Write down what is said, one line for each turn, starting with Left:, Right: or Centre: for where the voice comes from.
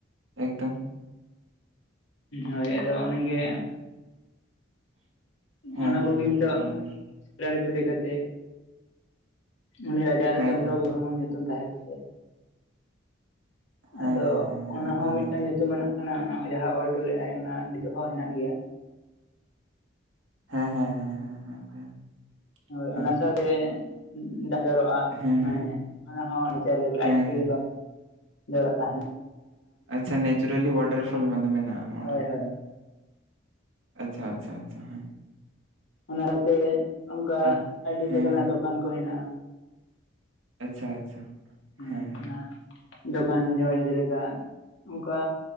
Right: ᱮᱠᱫᱚᱢ᱾
Left: ᱦᱳᱭ ᱟᱫᱚ ᱩᱱᱤᱜᱮ
Right: ᱦᱮᱸ ᱦᱮᱸ
Left: ᱚᱱᱟ ᱠᱚᱜᱮ
Right: ᱦᱮᱸ
Left: ᱱᱤᱛᱚᱜ
Right: ᱵᱚᱭᱦᱟ ᱦᱮᱸ
Left: ᱥᱤᱞᱟᱤᱯᱤ ᱞᱮᱠᱟᱛᱮ ᱩᱱᱤ ᱨᱟᱡᱟ ᱫᱚ
Right: ᱦᱮᱸ
Left: ᱪᱫᱨ
Right: ᱦᱮᱸ
Left: ᱜᱳᱨ ᱢᱳᱦᱚᱱ ᱧᱩᱛᱩᱢ ᱛᱟᱦᱮᱸ ᱠᱟᱱ ᱛᱟᱭᱟ᱾
Right: ᱦᱮᱸ
Left: ᱟᱫᱚ
Right: ᱦᱮᱸ ᱦᱮᱸ
Left: ᱚᱱᱟ
Right: ᱮᱠᱫᱚᱢ
Left: ᱦᱚᱸ ᱢᱤᱫᱴᱟᱝ
Right: ᱮᱠᱫᱚᱢ
Left: ᱧᱩᱢᱟᱱᱟᱜ ᱠᱟᱱᱟ ᱚᱱᱟ ᱡᱟᱦᱟᱸ ᱚᱞ ᱦᱚᱴᱚ ᱞᱮᱜ ᱟᱭ ᱚᱱᱟ ᱱᱤᱛᱚᱜ ᱦᱚᱸ ᱦᱮᱱᱟᱜ ᱜᱮᱭᱟ᱾
Right: ᱦᱮᱸ ᱦᱮᱸ ᱦᱮᱸ ᱦᱮᱸ ᱦᱮᱸ ᱵᱚᱭᱦᱟ᱾
Left: ᱦᱳᱭ
Right: ᱦᱮᱸ
Left: ᱚᱱᱟ ᱥᱟᱶᱛᱮ <inaudible> ᱡᱚᱨᱚᱜᱼᱟ,
Right: ᱦᱮᱸ
Left: ᱢᱟᱱᱮ
Right: ᱦᱮᱸ
Left: ᱚᱱᱟ ᱦᱚᱸ ᱱᱤᱡᱮ ᱨᱮ <unintelligible>
Right: ᱦᱮᱸ ᱦᱮᱸ
Left: ᱡᱚᱨᱚᱜ ᱛᱟᱦᱮᱸᱱᱟ᱾
Right: ᱟᱪᱪᱷᱟ ᱱᱮᱪᱚᱨᱟᱞᱤ ᱚᱳᱣᱟᱴᱟᱨ ᱯᱷᱚᱞ ᱢᱟᱱᱮ ᱢᱮᱱᱟᱜᱼᱟ ᱚᱸᱰᱮ᱾
Left: ᱦᱳᱭ ᱦᱳᱭ
Right: ᱟᱪᱪᱷᱟ ᱟᱪᱪᱷᱟ ᱟᱪᱪᱷᱟ ᱦᱮᱸ᱾
Left: ᱚᱱᱟ ᱛᱮ ᱚᱝᱠᱟ
Right: ᱟᱨ
Left: ᱟᱹᱰᱤ
Right: ᱦᱮᱸ
Left: ᱞᱮᱠᱟᱱᱟᱜ
Right: ᱦᱮᱸ
Left: ᱫᱚᱠᱟᱱ ᱠᱚ ᱦᱮᱱᱟᱜᱼᱟ᱾
Right: ᱟᱪᱪᱷᱟ ᱟᱪᱪᱷᱟ᱾ ᱦᱮᱸ
Left: ᱦᱳᱭ ᱚᱱᱟ, ᱫᱚᱠᱟᱱ <inaudible> ᱡᱮᱞᱮᱠᱟ ᱚᱝᱠᱟ